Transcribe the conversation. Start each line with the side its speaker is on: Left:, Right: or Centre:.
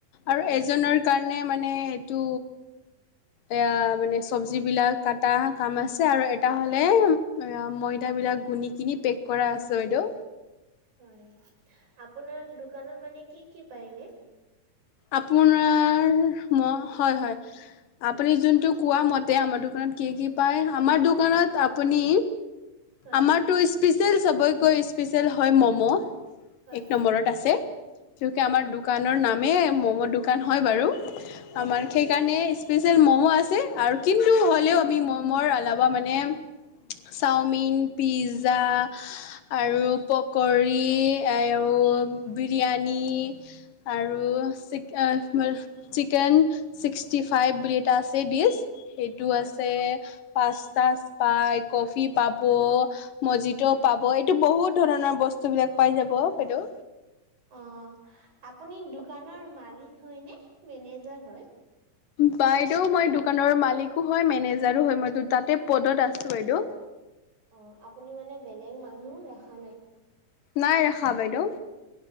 Left: আৰু
Right: হয়
Left: এজনৰ কাৰণে মানে এইটো এয়া মানে চবজি বিলাক কটা কাম আছে, আৰু এটা হ'লে অ ময়দা বিলাক কোনি কিনি পেক কৰা আছে বাইদেউ
Right: হয়, আপোনাৰ দোকানত মানে কি কি পায় এনে?
Left: আপোনাৰ ম হয় হয় আপুনি যোনটো কোৱা মতে আমাৰ দোকানত কি কি পায়, আমাৰ দোকানত আপুনি
Right: হয়
Left: আমাৰতো স্পেচিয়েল চবয়কৈ স্পেচিয়েল হয় ম'ম'
Right: হয়
Left: এক নম্বৰত আছে কিয়ুকি
Right: হয়
Left: আমাৰ দোক কানৰ নামে ম'ম' দোকান হয় বাৰু,
Right: হয়
Left: আমাৰ সেইকাৰণে স্পেচিয়েল ম'ম আছে, আৰু কিন্তু হ লেও আমি ম'মৰ এলাবা মানে চাওমিন, পিজ্জা আৰু প- কৰি, আৰু বিৰিয়ানী, আৰু <unintelligible> চিকেনি চিক্সটি ফাইভ বুলি এটা আছে ডিচ, সেইটো
Right: হয়
Left: আছে। পাস্ত সাষ্ট পাই, কফি পাব, মজি'ত
Right: হয়
Left: পাব। এইটো বহুত ধৰণৰ বস্তুবিলাক পাই যাব বাইদেউ।
Right: অ। আপুনি দোকানৰ মালিক হয় নে, মেনেজাৰ হয়?
Left: বাইদেউ মই দোকানৰ মালিকো হয়, মেনেজাৰো হয়। মই দুটাতে পদত আছোঁ বাইদেউ।
Right: অ। আপুনি মানে বেলেগ মানুহ ৰাখা নাই?
Left: নাই ৰাখা বাইদেউ।